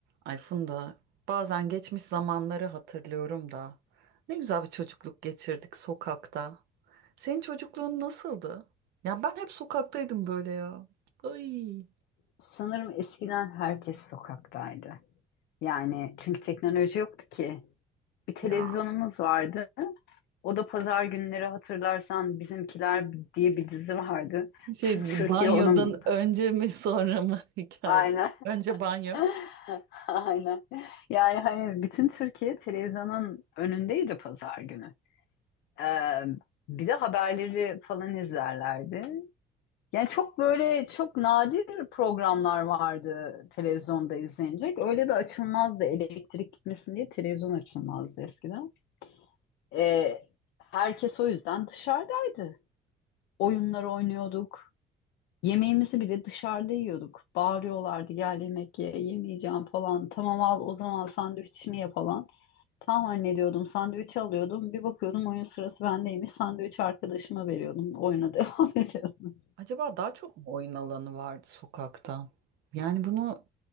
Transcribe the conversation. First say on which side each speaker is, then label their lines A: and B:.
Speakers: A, on the right; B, on the left.
A: Ay Funda, bazen geçmiş zamanları hatırlıyorum da. Ne güzel bir çocukluk geçirdik sokakta. Senin çocukluğun nasıldı? Ya ben hep sokaktaydım böyle ya. Ay.
B: Sanırım eskiden herkes sokaktaydı. Yani çünkü teknoloji yoktu ki. Bir televizyonumuz
A: Ya
B: vardı. O da pazar günleri hatırlarsan Bizimkiler diye bir dizi vardı.
A: şey
B: Tüm Türkiye
A: banyodan
B: onun.
A: önce mi sonra mı <laughs> hikaye?
B: Aynen.
A: Önce banyo.
B: <laughs> Aynen. Yani hani bütün Türkiye televizyonun önündeydi pazar günü. Ee, bir de haberleri falan izlerlerdi. Yani çok böyle çok nadir programlar vardı televizyonda izlenecek. Öyle de açılmazdı elektrik gitmesin diye televizyon açılmazdı eskiden. Ee, herkes o yüzden dışarıdaydı. Oyunlar oynuyorduk. Yemeğimizi bile dışarıda yiyorduk. Bağırıyorlardı gel yemek ye, yemeyeceğim falan. Tamam al o zaman sandviçini ye falan. Tamam anne diyordum sandviçi alıyordum. Bir bakıyordum oyun sırası bendeymiş. Sandviçi arkadaşıma veriyordum. Oyuna <laughs> devam ediyordum.
A: Acaba daha çok mu oyun alanı vardı sokakta? Yani bunu